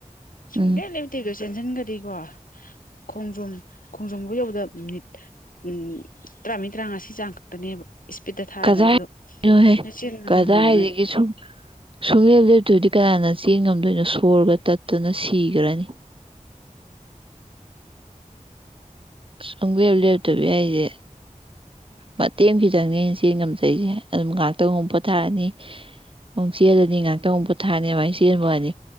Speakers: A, on the left (about 80°); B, on the right (about 40°).
A: ꯁꯨꯡꯂꯦꯞ
B: ꯎꯝ
A: ꯂꯦꯞꯇꯕꯤꯗꯣ ꯆꯦꯟꯁꯤꯟꯒꯗꯤꯀꯣ ꯈꯣꯡꯖꯣꯝ ꯈꯣꯡꯖꯣꯝꯕꯨ ꯌꯧꯗ ꯃꯤꯅꯤꯠ ꯎꯝ ꯇꯔꯥꯃ ꯇꯔꯥꯉꯥꯁꯤ ꯆꯥꯡ ꯈꯛꯇꯅꯦꯕ ꯏꯁꯄꯤꯠꯇ ꯊꯥꯔꯒꯗꯤ
B: ꯀꯗꯥꯏꯅꯣꯍꯦ
A: ꯑꯗꯨꯗꯣ ꯅꯣꯏ ꯆꯦꯟ
B: ꯀꯗꯥꯏꯗꯒꯤ
A: ꯉꯝꯃꯣꯏꯕ ꯅꯣꯏꯗ
B: ꯁꯨꯝ ꯁꯨꯡꯂꯦꯞ ꯂꯦꯞꯇꯣꯏꯗꯤ ꯀꯅꯥꯅ ꯆꯦꯡ ꯉꯝꯗꯣꯏꯅꯣ ꯁꯣꯔꯒ ꯇꯠꯇꯨꯅ ꯁꯤꯈ꯭ꯔꯅꯤ ꯁꯨꯡꯒꯦꯕ ꯂꯦꯕꯇꯕ ꯌꯥꯏꯁꯦ ꯃꯇꯦꯡ ꯈꯤꯇꯪꯅꯤ ꯆꯦꯟ ꯉꯝꯖꯩꯁꯦ ꯑꯗꯨꯝ ꯉꯥꯏꯍꯥꯛꯇꯪ ꯑꯃꯨ ꯄꯣꯊꯥꯔꯅꯤ ꯑꯃꯨꯛ ꯆꯦꯜꯂꯅꯤ ꯉꯥꯏꯍꯥꯛꯇꯪ ꯑꯃ ꯄꯣꯊꯥꯔꯅꯤ ꯑꯗꯨꯃꯥꯏꯅ ꯆꯦꯟꯕꯑꯅꯤ